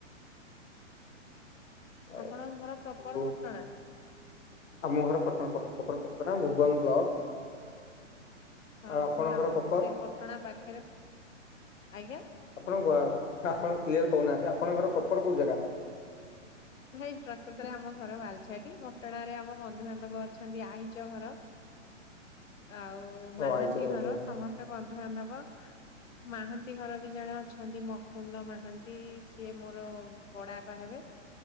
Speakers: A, on the left (about 75°); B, on the left (about 85°).
A: ଆଉ।
B: ଆପଣଙ୍କ ଘର ପ୍ରପର
A: ଆଉ
B: ପଟଣା?
A: ଆମ ଘର ପ୍ରପର ପଟଣା ଭୁବନ ବ୍ଲକ।
B: ହଁ
A: ଆଉ ଆପଣଙ୍କର
B: ମୁଁ ଆମର
A: ପପର
B: ବି ସେଇ ପଟଣା ପାଖରେ ଆଜ୍ଞା।
A: ଆପଣ ଙ୍କ? ଆପଣ କ୍ଲିୟର କହୁନାହାନ୍ତି। ଆପଣଙ୍କର ପ୍ରପର କୋଉ ଜାଗା?
B: ଭାଇ ପ୍ରକୃତରେ ଆମ ଘର ବାଲଛାଟି ମଟଣ ରେ ଆମ ବନ୍ଧୁବାନ୍ଧବ ଅଛନ୍ତି ଆଇଚ ଘର ଆଉ
A: ଓ
B: ମାହାନ୍ତି
A: ଆଇଚର ବନ୍ଧୁବାନ୍ଧବ
B: ଘର ସମସ୍ତେ ବନ୍ଧୁବାନ୍ଧବ। ମିହାନ୍ତି ଘର ବି ଜଣେ ଅଛନ୍ତି ମକୁନ୍ଦ ମହାନ୍ତି ସିଏ ମୋର ବଡାପା ହେବେ